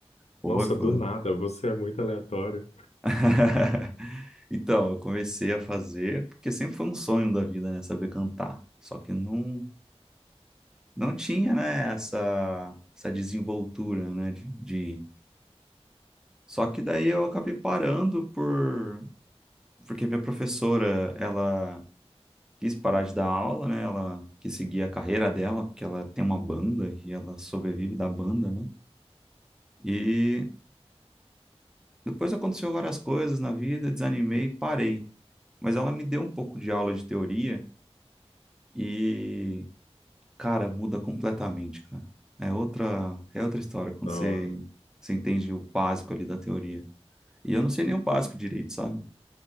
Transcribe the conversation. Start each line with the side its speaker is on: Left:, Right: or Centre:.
Centre: Foi,
Left: Nossa,
Centre: foi.
Left: do nada, você é muito aleatório.
Centre: <laughs> Então, eu comecei a fazer, porque sempre foi um sonho da vida, né? Saber cantar. Só que não, não tinha, né, essa, essa desenvoltura, né? De, de... Só que daí eu acabei parando por... Porque minha professora, ela quis parar de dar aula, né? Ela quis seguir a carreira dela, porque ela tem uma banda e ela sobrevive da banda, né? E depois aconteceu várias coisas na vida, desanimei e parei. Mas ela me deu um pouco de aula de teoria e... Cara, muda completamente, cara. É outra, é outra história quando
Left: Da
Centre: você,
Left: hora.
Centre: você entende o básico ali da teoria. E eu não sei nem o básico direito, sabe?